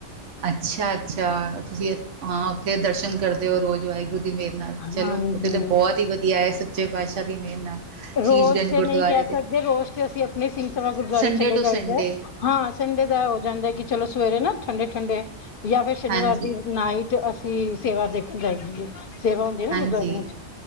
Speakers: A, on the right (about 85°); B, on the left (about 55°).
A: ਅੱਛਾ, ਅੱਛਾ ਤੁਸੀਂ ਉ ਹਾਂ ਉੱਥੇ ਦਰਸ਼ਨ ਕਰਦੇ ਹੋ ਰੋਜ਼ ਵਾਹਿਗੁਰੂ ਦੀ ਮੇਹਰ ਨਾਲ ਚਲੋ
B: ਹਾਂਜੀ
A: ਉੱਥੇ ਤਾਂ ਬਹੁਤ ਹੀ ਵਧੀਆ ਐ ਸੱਚੇ ਪਾਤਸ਼ਾਹ ਦੀ ਮੇਹਰ ਨਾਲ
B: ਰੋਜ਼
A: ਸ਼ੀਸ਼ਗੰਜ
B: ਤੇ
A: ਗੁਰਦੁਆਰੇ
B: ਨਹੀਂ ਕਹਿ ਸਕਦੇ
A: ਤੇ
B: ਰੋਜ਼ ਤੇ ਅਸੀਂ ਆਪਣੇ ਸਿੰਘ ਸਭਾ ਗੁਰਦੁਆਰੇ
A: ਸੰਡੇ
B: ਚਲੇ
A: ਟੂ
B: ਜਾਈਦੇ
A: ਸੰਡੇ
B: ਹਾਂ ਸੰਡੇ ਦਾ ਹੋ ਜਾਂਦਾ ਹੈ ਕਿ ਚਲੋ ਸਵੇਰੇ ਨਾ ਠੰਡੇ ਠੰਡੇ ਜਾਂ ਫੇਰ ਸ਼ਨੀਵਾਰ
A: ਹਾਂਜੀ
B: ਦੀ ਨਾਈਟ ਅਸ ਸੀ ਸੇਵਾ ਦੇਖਣ ਜਾਈ ਦੀ ਐ ਸੇਵਾ ਹੁੰਦੀ ਐ ਨਾ
A: ਹਾਂਜੀ
B: ਗੁਰਦੁਆਰਿਆਂ ਚ